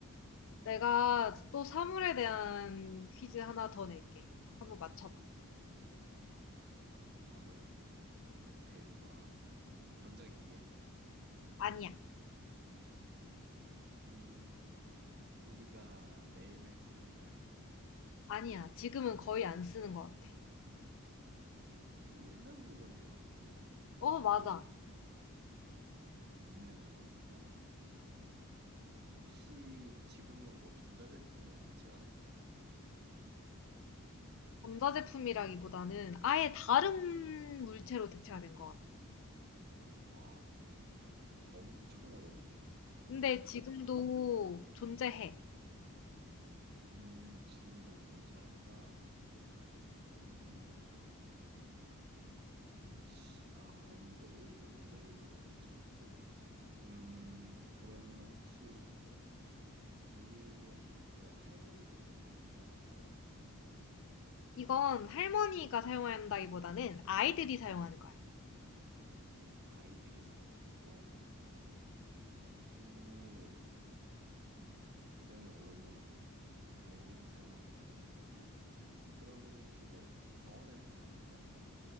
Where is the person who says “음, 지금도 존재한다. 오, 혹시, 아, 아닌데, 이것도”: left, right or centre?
Right